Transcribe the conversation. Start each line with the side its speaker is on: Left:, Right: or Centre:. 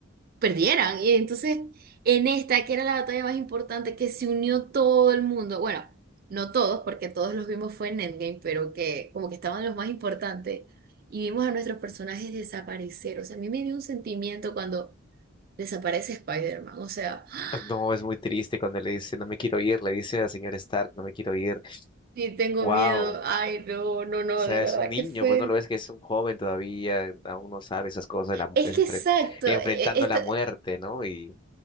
Right: perdieran. Y entonces, en esta, que era la batalla más importante, que se unió todo el mundo, bueno, no todos, porque todos los vimos fue en Endgame, pero que como que estaban los más importantes, y vimos a nuestros personajes desaparecer. O sea, a mí me dio un sentimiento cuando desaparece Spider-Man, o sea, ¡ah!
Left: No, es muy triste cuando le dice, no me quiero ir, le dice al señor Stark, no me quiero ir.
Right: sí tengo
Left: Wow.
Right: miedo, ay, no, no, no,
Left: O sea,
Right: de
Left: es
Right: verdad
Left: un niño,
Right: que fue.
Left: pues no lo ves que es un joven todavía, aún no sabe esas cosas, la mu-
Right: Es
Left: es
Right: que
Left: enfren-
Right: exacto,
Left: enfrentando
Right: e- esta-
Left: la muerte, ¿no? Y,